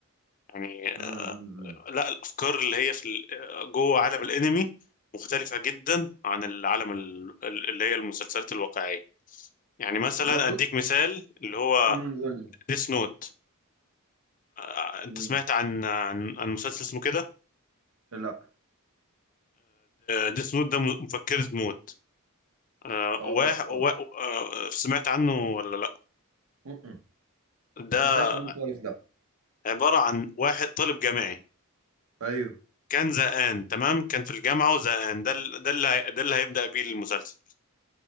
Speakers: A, on the left (about 35°); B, on the right (about 70°).
A: يعني آه،
B: امم
A: لا الأفكار اللي هي في ال- آه، جوه عالم الأنمي مختلفة جدا عن العالم ال- ال- اللي هي المسلسلات الواقعية يعني مثلا
B: لا بص
A: أديك مثال اللي هو
B: امم قول لي
A: ديس نوت أنت
B: مم.
A: سمعت عن عن, عن مسلسل اسمه كده
B: لا
A: ديس نوت ده م- مفكرة موت آه،
B: اه
A: واحد وا-
B: اه
A: آه، سمعت عنه ولا لا
B: مم.
A: ده
B: ما سمعتش عنه خالص لا
A: عبارة عن واحد طالب جامعي
B: ايوه
A: كان زهقان تمام كان في الجامعة وزهقان ده ال- ده اللي هي- ده اللي هيبدأ بيه المسلسل